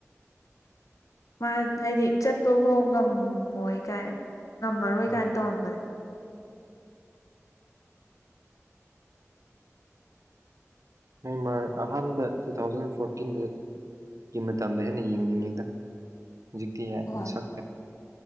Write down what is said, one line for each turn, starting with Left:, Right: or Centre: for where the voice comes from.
Left: ꯃꯥ ꯍꯥꯏꯗꯤ ꯆꯠꯄꯐꯥꯎ ꯉꯝꯃꯣꯏ ꯀꯥꯏꯅ ꯉꯝꯃꯔꯣꯏ ꯀꯥꯏꯅ
Right: ꯎꯝ
Left: ꯇꯧꯔꯝꯕꯅꯦ
Right: ꯃ ꯑꯍꯥꯟꯕ ꯇꯨ ꯊꯥꯎꯖꯟ ꯐꯣꯔꯇꯤꯟꯗ ꯒꯤ ꯃꯇꯝꯗ ꯍꯦꯟꯅ ꯌꯦꯡꯅꯤꯡꯉꯤꯗ ꯍꯧꯖꯤꯛꯇꯤ
Left: ꯍꯣꯏ
Right: ꯃꯁꯛ